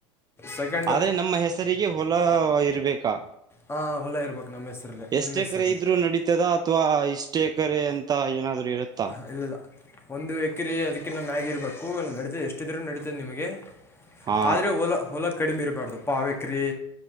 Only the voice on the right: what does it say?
ಆದ್ರೆ ನಮ್ಮ ಹೆಸರಿಗೆ ಹೊಲಾ ಇರ್ಬೇಕಾ
ಎಷ್ಟ
ಎಕರೆ ಇದ್ರು ನಡೀತದ ಅಥ್ವಾ ಇಷ್ಟ ಎಕರೆ ಅಂತ. ತಾ ಏನಾದರು ಇತ್ತೆ.
ಹಾ